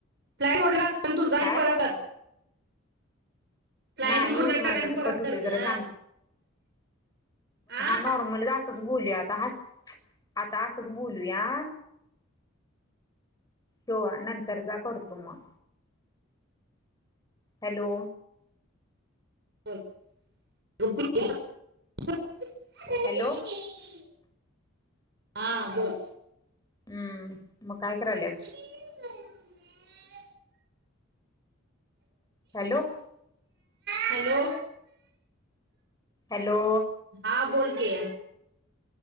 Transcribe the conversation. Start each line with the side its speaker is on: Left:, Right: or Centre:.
Right: फ्लाय मोडला जाय आणि
Left: काय
Right: परत कर. फ्लाईट
Left: नाही
Right: मोडला
Left: होत माझं
Right: टाक आणि
Left: तसं
Right: परत
Left: कट होतोय
Right: कर
Left: जरा
Right: ग
Left: शांत
Right: ह.
Left: नॉर्मल असंच बोलूया, आता हाच आता असंच बोलू या. ठेवा नंतरचा करतो मग. हॅलो.
Right: <unintelligible>
Left: हॅलो
Right: हा बोल.
Left: हम्म मग काय करायल्यास?
Right: हम् <unintelligible>
Left: हॅलो.
Right: हॅलो.
Left: हॅलो.
Right: हा बोल की